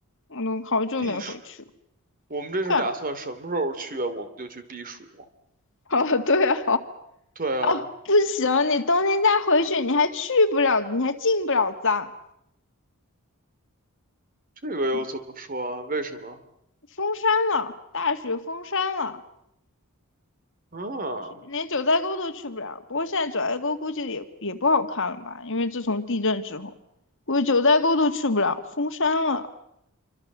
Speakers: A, on the left; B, on the right.
A: 我都好久没回去了。
B: 避暑。我们这是打算什么时候去啊？
A: 对啊，
B: 我们就去避暑。
A: <laughs> 哦对啊，
B: 对啊，
A: <laughs> 不行，你冬天再回去，你还去不了，你还进不了藏，
B: 这个又怎么说啊？
A: 嗯
B: 为什么？
A: 封山了，大雪封山了。
B: 啊？
A: 连九寨沟都去不了。不过现在九寨沟估计也也不好看了吧？因为自从地震之后，估计九寨沟都去不了，封山了。